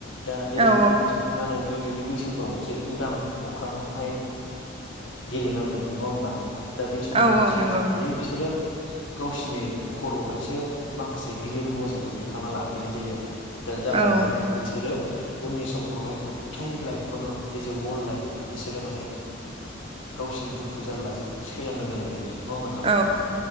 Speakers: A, on the left (about 80°); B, on the right (about 30°).
A: दा जेरावनोखि
B: औ
A: बिथांमोनानो बैबादि बैसोफोराव मोनसे उदां अख्राआवहाय गेलेनांगौमोन। नङा होमबा दा बे समावनो
B: औ औ
A: आस'
B: नंगौ
A: खान्दायै बिसोरो गावसिनि खर'आवहायसो माखासे गिलिर बजायखौ दैखांना लाफैनाय जायो आरोखि। दा जाउनावहाय
B: औ
A: बैसोरो उननि समफोरावहाय गुथाइ लाइफखौनो एस ए वर्लड लाइफ बिसोरो माने गावसोरनि दुखु खु जारलाजों सैनांनो गोनां जायो आरो नङा होमबा नोंथां?
B: औ